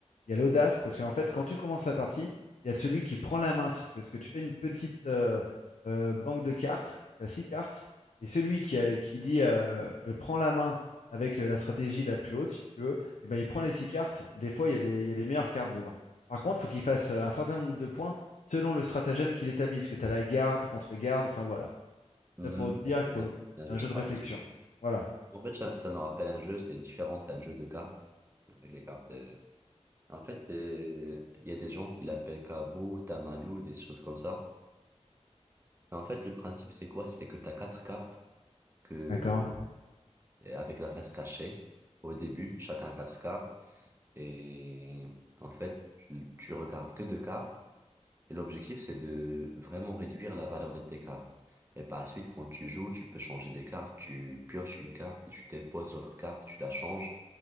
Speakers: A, on the left; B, on the right.
A: Il y a l'audace, parce qu'en fait, quand tu commences la partie, il y a celui qui prend la main, si tu veux. Parce que tu fais une petite euh, euh, banque de cartes, tu as six cartes, et celui qui, a- qui dit euh, je prends la main avec euh, la stratégie la plus haute, si tu veux, et ben, il prend les six cartes, et des fois, il y a des, il y a des meilleures cartes dedans. Par contre, il faut qu'il fasse euh, un certain nombre de points selon le stratagème qu'il établit. ce que tu as la garde, contre-garde, enfin voilà.
B: Mhm.
A: Ça pour te dire
B: Moi, je
A: qu'il
B: vois
A: faut...
B: bien, c'est un
A: c'est
B: jeu
A: un
B: stratégique.
A: jeu de réflexion. Voilà.
B: En fait, ça, ça me rappelle un jeu, c'est différent, c'est un jeu de cartes, avec les cartes. euh, En fait, euh, il y a des gens qui l'appellent Kabou, Tamalou, des choses comme ça. en fait, le principe, c'est quoi? C'est que tu as quatre cartes que,
A: D'accord,
B: et avec la face cachée au début, chacun a quatre cartes. Et en fait, tu tu regardes que deux cartes. Et l'objectif, c'est de vraiment réduire la valeur de tes cartes. Et par la suite, quand tu joues, tu peux changer des cartes. Tu pioches une carte et tu déposes l'autre carte, tu la changes.